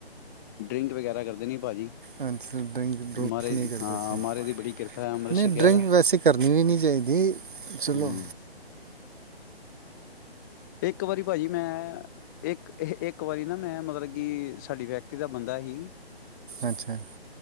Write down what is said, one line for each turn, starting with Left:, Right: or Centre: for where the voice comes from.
Left: ਡਰਿੰਕ ਵਗੈਰਾ ਕਰ ਨੀ ਭਾਜੀ।
Right: ਹਜੀ ਡਰਿੰਕ-ਡਰੂਕ
Left: ਮਾਰੇ
Right: ਨਹੀਂ ਕਰਦੇ
Left: ਹਾਂ
Right: ਤੁਸੀ
Left: ਮਾਰੇ ਦੀ ਬੜੀ ਕਿਰਪਾ ਹੈ ਅੰਮ੍ਰਿਤ
Right: ਨਹੀਂ
Left: ਛਕਿਆ
Right: ਡਰਿੰਕ
Left: ਦਾ
Right: ਵੈਸੇ ਕਰਨੀ ਵੀ ਨੀ ਚਾਹੀਦੀ
Left: ਹੂੰ
Right: ਚਲੋ
Left: ਇੱਕ ਵਾਰੀ ਭਾਜੀ ਮੈਂ ਇੱਕ-ਇੱਕ ਵਾਰੀ ਨਾ ਮੈਂ ਮਤਲਬ ਕਿ ਸਾਡੀ ਫੈਕਟਰੀ ਦਾ ਬੰਦਾ ਸੀ।
Right: ਅੱਛਾ